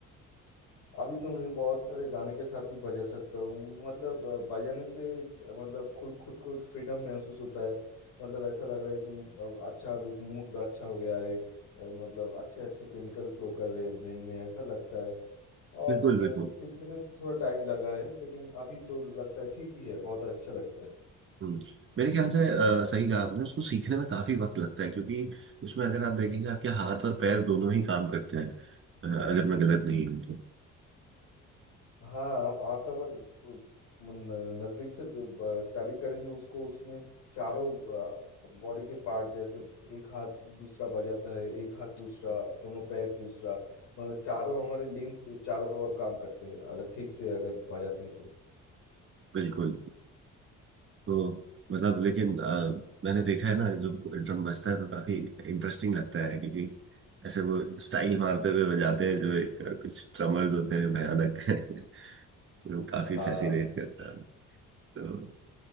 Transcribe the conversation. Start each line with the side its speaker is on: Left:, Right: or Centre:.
Left: अभी तो मैं बहुत सारे गाने के साथ भी बजा सकता हूँ मतलब अ, बजाने से अ, मतलब खुद खुद को एक फ्रीडम महसूस होता है मतलब ऐसा लग रहा है कि अ, अच्छा अब एक मूड अच्छा हो गया है अ, मतलब अच्छे अच्छे केमिकल फ्लो कर रहे हैं ब्रेन में ऐसा लगता है और
Right: बिल्कुल बिल्कुल
Left: अ, सीखने में तो थोड़ा टाइम लगा है लेकिन अभी तो लगता है ठीक ही है बहुत अच्छा लगता है
Right: हम्म। मेरे ख्याल से अ, सही कहा आपने उसको सीखने में काफी वक्त लगता है क्योंकि उसमें अगर आप देखेंगे आपके हाथ और पैर दोनों ही काम करते हैं अ, अगर मैं गलत नहीं हूँ तो
Left: हाँ आप आंख और को- मन- नजदीक से स्टडी करेंगे उसको उसमें चारों बॉडी के पार्ट जैसे एक हाथ दूसरा बजाता है एक हाथ दूसरा दोनों पैर दूसरा मतलब चारों हमारे लिम्स चारों ओर काम करते हैं अगर ठीक से अगर बजाते हैं तो
Right: बिल्कुल तो मतलब लेकिन अ, मैंने देखा है ना जो ड्रम बजता है तो काफी इंटरेस्टिंग लगता है क्योंकि ऐसे वो स्टाइल मारते हुए बजाते हैं जो एक कुछ ड्रमर्स होते हैं भयानक <laughs> तो काफी
Left: हाँ
Right: फैसिनेट करता है तो